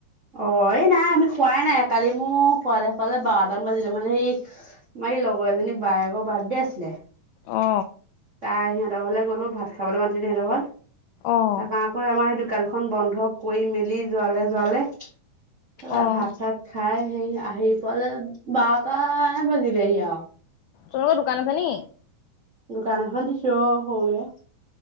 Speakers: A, on the right (about 55°); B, on the left (about 85°).
A: অ এই নাই আমি খোৱাই নাই কালি মোৰ খোৱালে খোৱালে ব। বাজিলে মানে সেই মাৰ এই লগৰ এজনী বায়েকৰৰ বাৰ্থডে আছিলে।
B: অ।
A: তাই সিহঁতৰ ঘৰলে গলো ভাত খাবলৈ মাতিলে সিহঁতৰ ঘৰত,
B: অ'।
A: তাৰপৰা আকৌ আমাৰ দোকানখন বন্ধ। কৰি মেলি যোৱালে যোৱালে তৰা
B: অ',
A: ভাত চাত খাই। সেই পুৱালে বাৰতা বাজিলেহি আৰু।
B: তোমালোকৰ দোকান আছে নি!
A: দোকান এখন দিছো অ সৰুকে